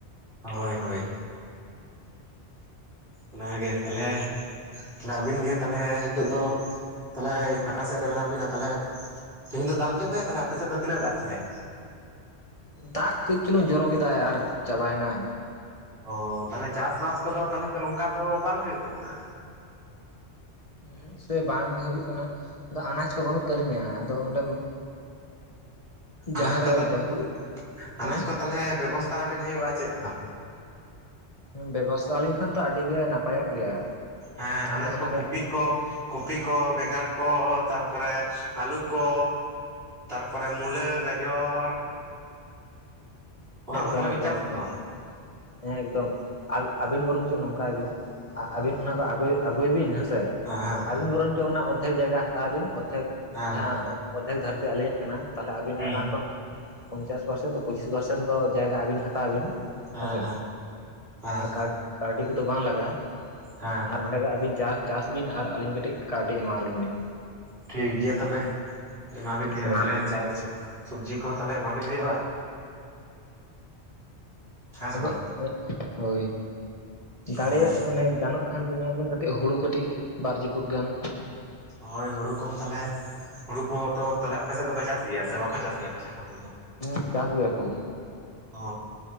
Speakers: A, on the right; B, on the left.
A: ᱦᱳᱭ ᱦᱳᱭ ᱚᱱᱟᱜᱮ ᱛᱟᱦᱚᱞᱮ ᱛᱟᱦᱞᱮ ᱟᱵᱤᱱ ᱜᱮ ᱛᱟᱦᱚᱞᱮ ᱱᱤᱛᱚᱜ ᱫᱚ ᱛᱟᱦᱚᱞᱮ ᱯᱷᱟᱸᱠᱟ ᱥᱮᱫ ᱨᱮ ᱢᱮᱱᱟᱜ ᱵᱤᱱᱟ ᱛᱟᱦᱚᱞᱮ ᱛᱮᱦᱮᱧ ᱫᱚ ᱫᱟᱜ ᱠᱮᱫ ᱫᱚᱭ ᱛᱟᱦᱚᱞᱮ ᱟᱯᱮ ᱥᱮᱫ ᱫᱚ ᱛᱤᱱᱟᱹᱜ ᱫᱟᱜ ᱠᱮᱫᱟᱭ?
B: ᱫᱟᱜ ᱠᱟᱹᱡ ᱪᱩᱞᱩᱝ ᱡᱚᱨᱚ ᱠᱮᱫᱟ ᱟᱨ ᱪᱟᱵᱟᱭᱮᱱᱟ
A: ᱚ ᱛᱟᱦᱚᱞᱮ ᱪᱟᱥᱵᱟᱥ ᱠᱚᱫᱚ ᱛᱟᱦᱚᱞᱮ ᱛᱚ ᱱᱚᱝᱠᱟ ᱫᱚ ᱵᱟᱝ ᱦᱩᱭᱩᱜ ᱛᱟᱵᱚᱱᱟ
B: ᱦᱩᱸ ᱥᱮ ᱵᱟᱝ ᱦᱩᱭᱩᱜ ᱠᱟᱱᱟ ᱟᱱᱟᱡ ᱠᱚ ᱵᱟᱹᱱᱩᱜ ᱛᱟᱹᱞᱤᱧᱟ ᱟᱫᱚ ᱚᱸᱰᱮ ᱡᱟᱦᱟᱸᱨᱮ
A: ᱟᱱᱟᱡᱽ ᱠᱚ ᱛᱟᱞᱮ
B: ᱵᱟᱹᱦᱩ
A: ᱟᱱᱟᱡ
B: ᱦᱮᱸ
A: ᱠᱚ ᱛᱟᱦᱚᱞᱮ ᱵᱮᱵᱚᱥᱛᱟ ᱟᱵᱮᱱ ᱦᱩᱭᱩᱜ-ᱟ ᱪᱮᱫ ᱫᱚ
B: ᱵᱮᱵᱚᱥᱛᱷᱟ ᱟᱹᱞᱤᱧ ᱠᱷᱟᱱ ᱛᱚ ᱟᱹᱰᱤ ᱜᱮ ᱱᱟᱯᱟᱭᱚᱜ ᱜᱮᱭᱟ᱾
A: ᱦᱮᱸ ᱟᱱᱟᱡ
B: ᱟᱫᱚ ᱚᱱᱟᱜᱮ
A: ᱠᱚ ᱠᱩᱯᱤ ᱠᱚ ᱠᱚᱯᱤ, ᱠᱚ ᱵᱮᱸᱜᱟᱲ, ᱠᱚ ᱛᱟᱨᱯᱚᱨᱮ ᱟᱹᱞᱩ, ᱠᱚ ᱛᱟᱨᱯᱚᱨᱮ ᱢᱩᱞᱟᱹ, ᱜᱟᱡᱚᱨ, ᱚᱱᱟ
B: ᱮᱠᱫᱚᱢ
A: ᱠᱚ ᱛᱟᱞᱦᱮ
B: ᱮᱠᱫᱚᱢ
A: ᱵᱤᱱ ᱪᱟᱥ
B: ᱮᱠᱫᱚᱢ
A: ᱟᱛᱚ
B: ᱦᱮᱸ ᱮᱠᱫᱚᱢ ᱟᱹᱵᱤᱱ ᱵᱚᱨᱚᱱ ᱪᱮᱫ ᱱᱚᱝᱠᱟᱭ ᱵᱤᱱ ᱟᱨ ᱟᱹᱵᱤᱱ ᱚᱱᱟ ᱠᱚ ᱟᱹᱜᱩᱭ ᱟᱹᱜᱩᱭ ᱵᱤᱱ, ᱦᱮᱸᱥᱮ!
A: ᱟᱸᱻᱦᱟᱸ ᱾
B: ᱟᱵᱤᱱ ᱵᱚᱨᱚᱱ ᱪᱚ, ᱚᱱᱟ ᱚᱨᱫᱷᱮᱠ ᱡᱟᱭᱜᱟ, ᱦᱟᱛᱟᱣ ᱟᱹᱵᱤᱱ, ᱚᱨᱫᱷᱮᱠ
A: ᱦᱮᱸ
B: ᱡᱟᱦᱟᱸ,
A: ᱦᱮᱸ
B: ᱚᱨᱫᱷᱮᱠ ᱫᱷᱟᱹᱨᱛᱤ ᱟᱹᱞᱤᱧᱟᱜ ᱠᱟᱱᱟ ᱾ ᱛᱟᱦᱚᱞᱮ, ᱟᱹᱵᱤᱱ
A: ᱦᱮᱸ
B: ᱚᱱᱟ ᱠᱷᱚᱱ ᱯᱚᱧᱪᱟᱥ ᱯᱟᱨᱥᱮᱱ, ᱯᱚᱸᱪᱤᱥ ᱯᱟᱨᱥᱮᱱ ᱫᱚ, ᱡᱟᱭᱜᱟ ᱟᱹᱵᱤᱱ ᱦᱟᱛᱟᱣ ᱵᱤᱱ ᱾
A: ᱦᱮᱸ
B: ᱦᱮᱸᱥᱮ,
A: ᱦᱮᱸ
B: ᱟᱨ ᱠᱟ ᱠᱟᱹᱣᱰᱤ ᱠᱚᱫᱚ ᱵᱟᱝ ᱞᱟᱜᱟᱜ-ᱟ ᱾
A: ᱦᱮᱸ
B: ᱟᱨ ᱚᱸᱰᱮ ᱜᱮ, ᱟᱹᱵᱤᱱ ᱪᱟᱥ, ᱪᱟᱥ ᱵᱤᱱ ᱟᱨ ᱟᱹᱞᱤᱧ ᱠᱟᱹᱴᱤᱡ, ᱠᱟᱹᱣᱰᱤ ᱮᱢᱟ ᱦᱟᱞᱤᱧ ᱵᱤᱱ ᱾
A: ᱴᱷᱤᱠ ᱜᱮᱭᱟ ᱛᱚᱵᱮ ᱾ ᱮᱢᱟ ᱵᱤᱱ ᱦᱩᱭᱩᱜ-ᱟ
B: ᱦᱮᱸ
A: ᱾ ᱛᱟᱦᱚᱞᱮ, ᱡᱟᱭᱦᱳᱠ <unintelligible> ᱥᱚᱵᱽᱡᱤ ᱠᱚᱦᱚᱸ ᱛᱟᱦᱚᱞᱮ, ᱮᱢᱟᱵᱤᱱ ᱦᱩᱭᱩᱜ-ᱟ ᱾ ᱦᱮᱸ ᱥᱮ
B: ᱟᱫᱚ
A: ᱵᱟᱝ
B: <unintelligible> ᱮ ᱦᱳᱭ ᱫᱟᱲᱮᱭᱟᱜ,
A: ᱦᱳᱭ
B: ᱚᱱᱮ ᱜᱟᱱᱚᱜ ᱠᱷᱟᱱ ᱫᱚ ᱧᱮᱞ ᱵᱮᱱ, ᱠᱟᱹᱴᱤᱡ ᱦᱩᱲᱩ ᱠᱟᱹᱴᱤᱡ, ᱵᱟᱨ ᱡᱟᱹᱯᱩᱫ ᱜᱟᱱ
A: ᱦᱳᱭ! ᱦᱳᱲᱳ ᱠᱚᱦᱚᱸ ᱛᱟᱦᱚᱞᱮ ᱦᱳᱲᱳ ᱠᱚᱦᱚᱸ ᱛᱚ ᱛᱟᱦᱚᱞᱮ, ᱟᱯᱮ ᱥᱮᱫ ᱫᱚᱠᱚ ᱪᱟᱥ ᱜᱮᱭᱟ ᱥᱮ ᱵᱟᱠᱚ ᱪᱟᱥ ᱜᱮᱭᱟ, ᱟᱯᱮ ᱥᱮᱫ ᱫᱚ ᱦᱳᱲᱳ ᱫᱚ?
B: ᱦᱮᱸ, ᱪᱟᱥ ᱜᱮᱭᱟ ᱠᱚ ᱾
A: ᱚᱻ,